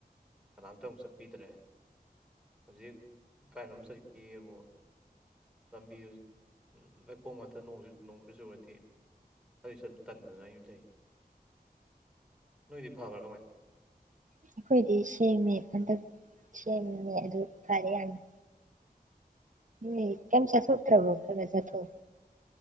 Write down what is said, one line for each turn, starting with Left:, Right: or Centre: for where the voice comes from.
Centre: ꯀꯅꯥꯝꯇꯕꯨ ꯆꯠꯄꯤꯗ꯭ꯔꯦ ꯍꯧꯖꯤꯛ ꯀꯥꯏꯅꯣꯃ ꯆꯠꯀꯦꯕꯨ ꯂꯝꯕꯤꯗꯨ ꯂꯩꯈꯣꯝ ꯉꯥꯇ ꯅꯣꯡ ꯅꯣꯡ ꯈꯔ ꯆꯨꯔꯗꯤ ꯑꯗꯨꯏ ꯆꯠꯄ ꯇꯟꯗꯅ ꯑꯩꯖꯨ ꯂꯩ ꯅꯣꯏꯗꯤ ꯐꯕ꯭ꯔꯥ ꯀꯃꯥꯏꯅ ꯇꯧꯋꯤ
Right: ꯑꯩꯈꯣꯏꯗꯤ ꯁꯦꯡꯃꯦ ꯍꯟꯗꯛ ꯁꯦꯝꯃꯦ ꯑꯗꯨ ꯐꯔꯦ ꯌꯥꯝꯅꯥ ꯃꯦ ꯀꯦꯏꯝ ꯆꯊꯣꯛ ꯇꯔ꯭ꯕꯣ ꯈꯥꯒ ꯆꯠꯊꯣꯛ